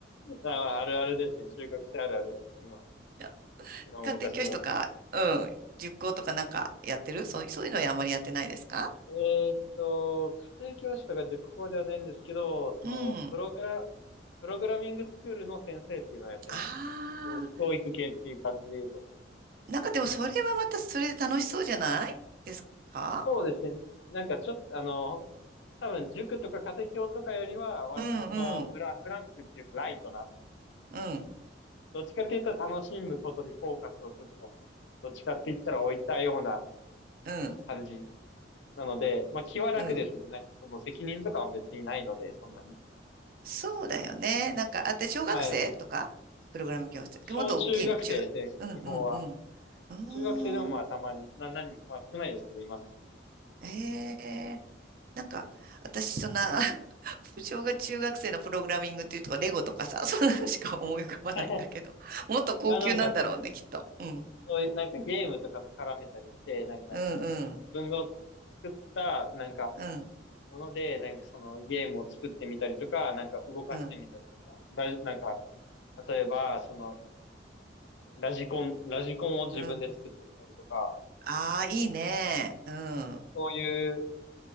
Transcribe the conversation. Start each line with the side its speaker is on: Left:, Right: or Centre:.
Left: まああるあるですね。中学生あるあるですね。今、
Right: いや
Left: 今も昔も。
Right: 家庭教師とか、うん、塾講とかなんかやってるそう、そういうのはあんまりやってないですか
Left: えーっと、家庭教師とか塾講ではないんですけど、その、
Right: うん。
Left: プログラ、プログラミングスクールの先生っていうのをやってます。
Right: あ
Left: 教教育系っていう感じで言うと。
Right: あ、なんかでもそれはまたそれで楽しそうじゃないですか
Left: そうですね。なんかちょっと、あの、多分塾とか家庭教とかよりは、割とその、
Right: うんうん、
Left: フラ、フランクっていうかライトな、
Right: うん、
Left: どっちかって言ったら楽しむことにフォーカスをちょっと、どっちかって言ったら置いたような
Right: うん、
Left: 感じなので、まあ気は楽ですね。
Right: うん。
Left: なんかその責任とかも別にないので、そんなに。
Right: そうだよね。なんか、あ、で、小学生とかプログラム教室。
Left: はい。小中学生ですね、
Right: もっと大きいの、中学。うんうんうん。
Left: 基本は。
Right: う
Left: 中学生でもまあたまに、
Right: ーん。
Left: な、何まあ少ないですけど、いますね。
Right: ええなんか、私、そんな、<laughs> 小学、中学生のプログラミングっていうとか、レゴとかさ、そんなのしか思い浮かばないんだけど、
Left: <laughs>
Right: もっと高級なんだろうね、
Left: あ、なんかそ、
Right: きっと。うん。
Left: そういう、なんかゲームとかと絡めたりして、なんか
Right: うんうん。
Left: 自分が作った、なんか、
Right: うん。
Left: もので、なんかそのゲームを作ってみたりとか、なんか動かしてみたりとか、
Right: うん。
Left: ラジ、なんか、例えば、その、ラジコン、ラジコンを自分で作ってみたりとか、
Right: うん。ああ、いいね。うん。あ
Left: そういう、